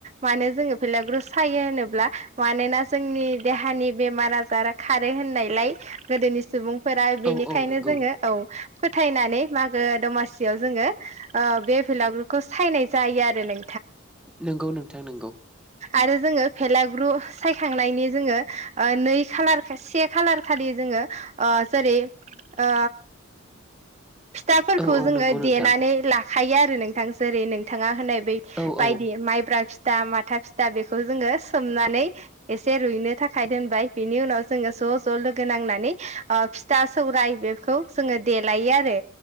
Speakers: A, on the right; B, in the centre.
A: मानो जोंङो बेलागुर सायो होनोब्ला। मानोना जोंनि देहानि बेमार आजारा खारो होननायलाय गोदोनि सुबुं फोरा बेनिखायनो
B: औ औ नंगौ
A: जोंङो औ फोथायनानै। मागो दमासियाव जोंङो ओ बे बेलागुरखौ सायनाय जायो आरो नों
B: नंगौ नोंथां नंगौ।
A: आरो जोंङो फेलाग्रु। सायखांनायनि जोंङो नै खालार खा से खालार खालि जोंङो जेरै। आ फिथाफोरखौ
B: औ औ
A: जोंङो
B: नंगौ नोंथां
A: देनानै लाखायो आरो नोंथां जेरै नोंथाङा होननाय बायदि
B: औ औ
A: माइब्रा फिथा माथा फिथा बेखौ जोंङो सोमनानै एसे रुइनो थाखाय दोनबाय बिनि उनाव जोंङो ज ज लोगो नांनानै फिथा सौराय बेखौ जोंङो देलायो आरो